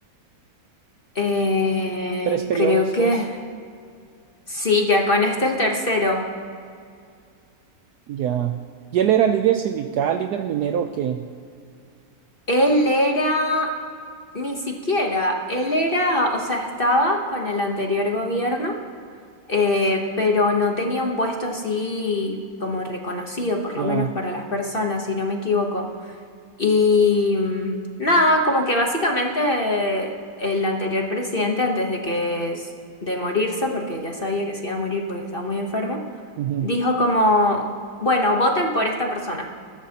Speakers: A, on the left; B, on the right.
A: Eh,
B: Tres periodos,
A: creo que
B: dos,
A: Sí, ya con este el tercero.
B: ya. Y él era líder sindical, líder minero, que
A: Él era, ni siquiera, él era, o sea, estaba con el anterior gobierno, eh, pero no tenía un puesto así como reconocido, por
B: ya.
A: lo menos para las personas, si no me equivoco. Y mm, nada, como que básicamente el anterior presidente, antes de que s- de morirse, porque ya sabía que se iba a morir porque estaba muy enfermo,
B: ujú.
A: dijo como, bueno, voten por esta persona.